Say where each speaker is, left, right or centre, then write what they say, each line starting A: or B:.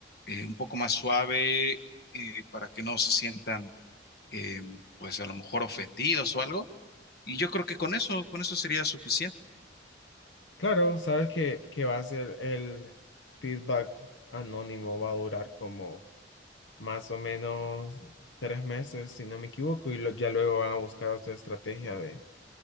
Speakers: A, on the left; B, on the left.
A: eh, un poco más suave, eh, para que no se sientan eh, pues a lo mejor ofendidos o algo. Y yo creo que con eso, con eso sería suficiente.
B: Claro, sabes que, que va a ser el feedback anónimo, va a durar como más o menos tres meses, si no me equivoco, y lo- ya luego van a buscar otra estrategia de,